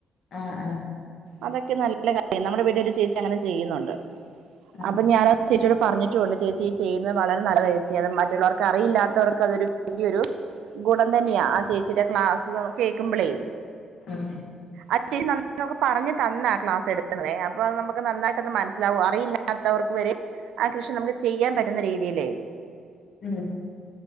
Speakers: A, on the left (about 60°); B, on the right (about 80°).
A: ആഹ് ആഹ്
B: അതൊക്കെ നല്ല കാര്യം നമ്മുടെ വീട്ടിൽ ഒരു ചേച്ചി അങ്ങനെ ചെയ്യുന്നുണ്ട്
A: ആഹ്
B: അപ്പൊ ഞാന ചേച്ചിയ പറഞ്ഞിട്ടുണ്ട് ചേച്ചി ഈ ചെയ്യുന്നത് വളരെ നല്ലത ചേച്ചി അത് മറ്റുള്ളവർക്ക് അറിയില്ലാത്തവർക്ക് അതൊരു വലിയൊരു ഗുണം തന്നെയാ ആഹ് ചേച്ചിയുടെ ക്ലാസ് കേൾക്കുമ്പോളേ
A: അഹ് ഉം
B: അത്യാവശ്യം നന്ന നമുക്ക് പറഞ്ഞ് തന്ന ക്ലാസ് എട്ക്ക്ന്നതേ അപ്പൊ നമുക്ക് നന്നായ് ട്ടെന്ന് മൻസ്സിലാവോ അറിയില്ലാത്തവർക്ക് വെരേം ആ കൃഷി നമുക്ക് ചെയ്യാൻ പറ്റുന്ന രീതിലേയ്
A: ഉം ഉം